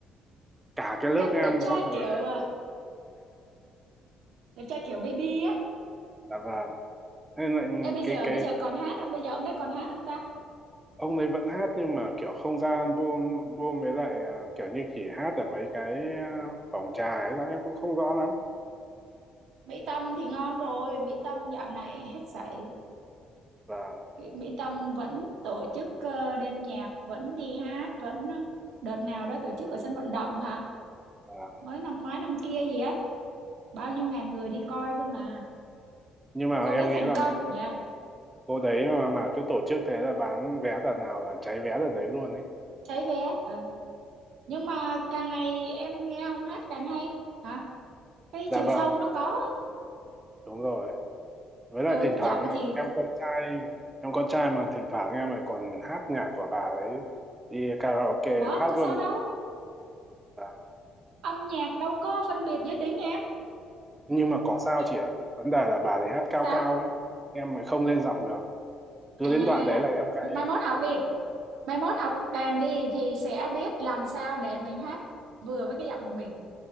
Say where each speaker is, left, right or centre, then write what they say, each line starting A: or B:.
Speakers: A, on the right; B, on the right.
A: cả cái lớp
B: đẹp
A: em
B: đẹp trai
A: xong rồi
B: kiểu à, đẹp trai kiểu baby á
A: dạ vâng thế nên lại
B: em bây
A: cái
B: giờ
A: cái
B: bây giờ còn hát không bây giờ ông đấy còn hát không ta
A: ông ấy vẫn hát nhưng mà kiểu không ra album album với lại à, kiểu như chỉ hát ở mấy cái à, phòng trà ấy sao em cũng không rõ lắm
B: Mỹ Tâm thì ngon rồi Mỹ Tâm dạo này hết sảy
A: và
B: Mỹ, Mỹ Tâm vẫn tổ chức ờ, đêm nhạc vẫn đi hát vẫn ờ, đợt nào đó tổ chức ở sân vận động hả
A: vâng
B: mới năm ngoái năm kia gì á bao nhiêu ngàn người đi coi cơ mà
A: nhưng mà
B: cô
A: em
B: đấy
A: nghĩ
B: thành
A: là
B: công
A: mấy
B: nha
A: cô đấy mà mà cứ tổ chức thế là bán vé đợt nào là cháy vé đợt đấy luôn ấy
B: cháy vé ờ. nhưng mà càng ngày em nghe ông hát càng hay hả cái
A: dạ
B: chiều
A: vâng
B: sâu nó có á.
A: đúng rồi với lại
B: ừ
A: thỉnh
B: giọng
A: thoảng
B: thì
A: em
B: cũng
A: con trai em con trai mà thỉnh thoảng em lại còn hát nhạc của bà đấy đi karaoke em
B: quá
A: hát
B: có
A: luôn
B: sao đâu
A: Dạ.
B: âm nhạc đâu có phân biệt giới tính em
A: nhưng mà có sao
B: <laughs>
A: chị ạ vấn đề là bà thì hát cao
B: sao
A: cao ấy em lại không lên giọng được cứ
B: à
A: đến đoạn đấy là em gãy
B: mai
A: ấy.
B: mốt học đi mai mốt học đàn đi thì sẽ biết làm sao để mình hát vừa với cái giọng của mình